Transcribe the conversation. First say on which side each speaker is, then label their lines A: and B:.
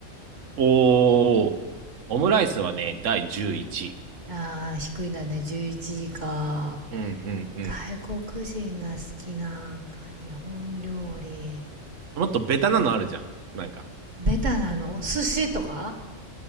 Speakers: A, on the right; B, on the right.
A: おー、オムライスはね、第11位。ういち
B: あー低いんだね。11時か。
A: うんうんうん。
B: 外国人が好きな日本料理。
A: 位もっとベタなのあるじゃん。なんか。
B: ベタなの寿司とか